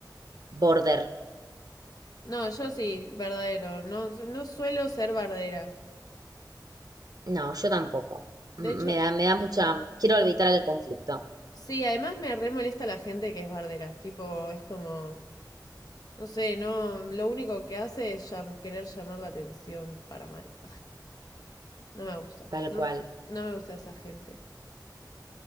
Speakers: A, on the right (about 55°); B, on the left (about 55°).
A: border.
B: no, yo sí, verdadero. No, no suelo ser bardera.
A: No, yo tampoco. M-
B: De hecho,
A: Me da, me da mucha, quiero evitar el conflicto,
B: sí, además me re molesta la gente que es bardera. Tipo, es como, no sé, no, lo único que hace es llam- querer llamar la atención para mal. <laughs> No me gusta.
A: tal
B: No,
A: cual.
B: no me gusta esa gente.